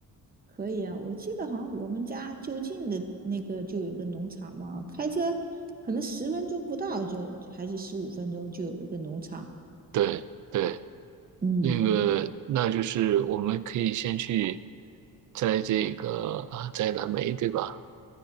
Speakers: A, on the right (about 25°); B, on the right (about 60°).
A: 可以呀。我记得好像我们家就近的那个就有一个农场嘛，开车可能十分钟不到就，就还是十五分钟就有一个农场。
B: 对对，
A: 嗯，
B: 那个那就是我们可以先去摘这个啊，摘蓝莓，对吧？